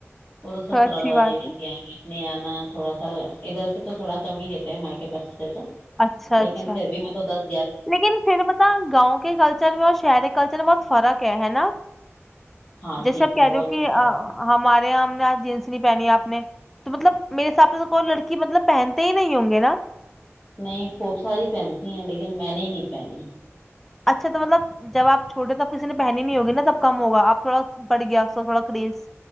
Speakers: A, on the left (about 50°); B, in the centre.
A: ا تو سسرال
B: اچھی
A: والے
B: بات
A: لے
B: ہے
A: کے آئیں گے اپنینا تھوڑا سا ادھر سے تو تھوڑا کم ہی دیتے ہیں مائ کے پاس سے تو
B: اچھا اچھا
A: لیکن پھر بھی میں تو اد <unintelligible>
B: لیکن پھر پتا گاؤں کے کلچر میں اور شہر کے کلچر میں بہت فرق ہے ہے نا
A: ہاں
B: جیسے
A: جی
B: آپ
A: بہت
B: کہہ رہے ہو کہ
A: زیادہ
B: ہمارے یہاں ہم نے آج جینس نہیں پہنی آپ نے تو مطلب میرے حساب سے تو کوئی لڑکی مطلب پہنتے ہی نہیں ہوں گے نا
A: نہیں خوب ساری پنتی ہیں ل میں نے ہی نہیں پہنی
B: اچھا تو مطلب جب آ چھوٹے تب کسی نے پہنی نہیں ہوگی نا تب کم ہوگا آپ تھوڑا پڑ گیا اس کا تھوڑا کریز